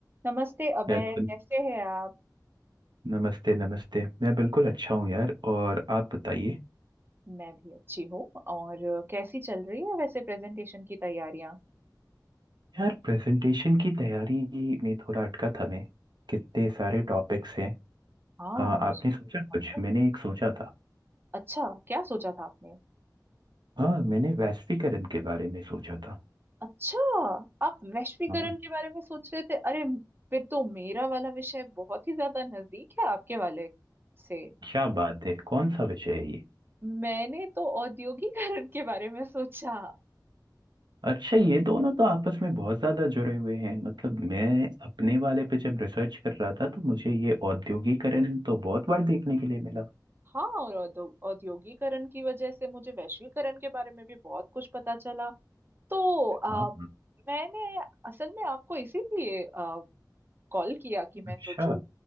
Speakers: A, on the right; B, on the right.
A: नमस्ते अबे
B: Hello
A: कैसे हैं आप
B: नमस्ते नमस्ते मैं बिल्कुल अच्छा हूँ यार और आप बताइए
A: मैं भी अच्छी हूँ और अ, कैसी चल रही है वैसे प्रेजेंटेशन की तैयारियां
B: यार प्रेजेंटेशन की तैयारी में थोड़ा अटका था मैं कितने सारे टॉपिक्स हैं
A: हाँ
B: अ, आपने सोचा कुछ
A: ओ,
B: मैंने एक सोचा था
A: अच्छा क्या सोचा था आपने
B: हाँ मैंने वैश्वीकरण के बारे में सोचा था
A: अच्छा आप वैश्वीकरण
B: हाँ
A: के बारे में सोच रहे थे अरे फिर तो मेरा वाला विषय बहुत ही ज्यादा नजदीक है आपके वाले से
B: क्या बात है कौन सा विषय है ये
A: मैंने तो औद्योगिकरण के बारे में सोचा
B: अच्छा ये दोनों तो आपस में बहुत ज्यादा जुड़े हुए हैं मतलब मैं अपने वाले पे जब रिसर्च कर रहा था तो मुझे ये औद्योगिकरण तो बहुत बार देखने के लिए मिला
A: हाँ और औद्यो- औद्योगिकरण की वजह से मुझे वैश्वीकरण के बारे में भी बहुत कुछ पता चला तो आ,
B: हाँ
A: मैंने असल में आपको इसीलिए कॉल किया कि मैं
B: अच्छा
A: सोचूं